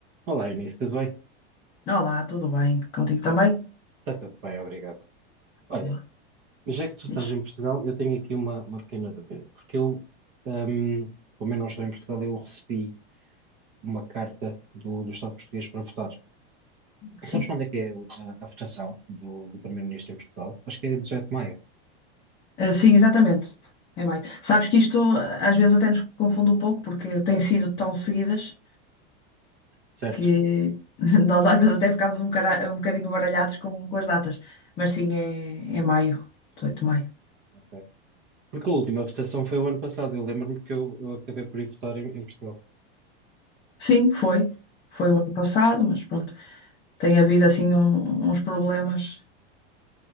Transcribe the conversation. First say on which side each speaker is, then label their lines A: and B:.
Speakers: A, on the right; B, on the left.
A: Olá, Eunice, tudo bem?
B: Olá, tudo bem? Contigo também?
A: Está tudo bem, obrigado. Olha,
B: Boa,
A: já que tu estás
B: Diz.
A: em Portugal, eu tenho aqui uma, uma pequena dúvida, porque eu, hum, como eu não estou em Portugal, eu recebi uma carta do, do Estado português para votar.
B: Sim.
A: Sabes quando é que é o- a, a votação do, do Primeiro-Ministro em Portugal? Acho que é 18 de maio,
B: Ah, sim, exatamente. Em maio. Sabes que isto eh, às vezes até nos confunde um pouco porque têm sido tão seguidas
A: certo?
B: que <laughs> nós às vezes até ficamos um, cara- um bocadinho baralhados com, com as datas. Mas sim, é, é maio, 18 de maio.
A: Ok. Porque a última votação foi o ano passado, eu lembro-me que eu, eu acabei por ir votar em, em Portugal.
B: Sim, foi. Foi o ano passado, mas pronto. Tem havido assim um- uns problemas